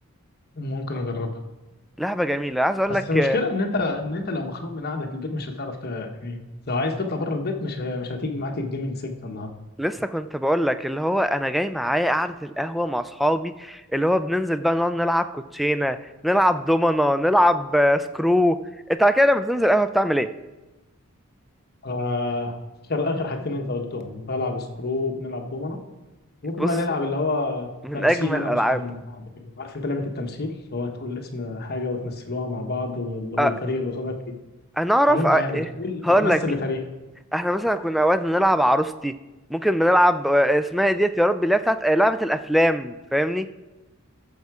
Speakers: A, on the left; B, in the centre.
A: ممكن اجربها
B: لعبه جميله عايز اقول
A: بس
B: لك
A: المشكله ان انت ان انت لو مخنوق من قعده البيت مش هتعرف ت... يعني لو عايز تطلع بره البيت مش مش هتيجي معاك الجيمنج سيكتور النهارده
B: لسه كنت بقول لك اللي هو انا جاي معايا قعده القهوه مع اصحابي اللي هو بننزل بقى نقعد نلعب كوتشينه نلعب دومنا نلعب آه، سكرو انت على كده لما بتنزل قهوه بتعمل ايه
A: آه... اخر آخر حاجتين انت قلتهم بلعب سكرو بنلعب دومنه ممكن
B: بص
A: بقى نلعب اللي هو
B: من
A: تمثيل
B: اجمل
A: انا
B: الالعاب
A: واصحابي مع بعض كده عارف انت لعبه التمثيل اللي هو تقول اسم حاجه وتمثلوها مع بعض وال- والفريق
B: أه
A: اللي قصادك ي-
B: انا اعرف
A: او انت
B: أه
A: يعني
B: إيه،
A: بتقول
B: هقول
A: بتمثل
B: لك
A: لفريقك
B: احنا مثلا كنا اوقات بنلعب عروستي ممكن بنلعب آه، اسمها إيه ديت يا رب اللي هي بتاعت آه، لعبه الافلام فاهمني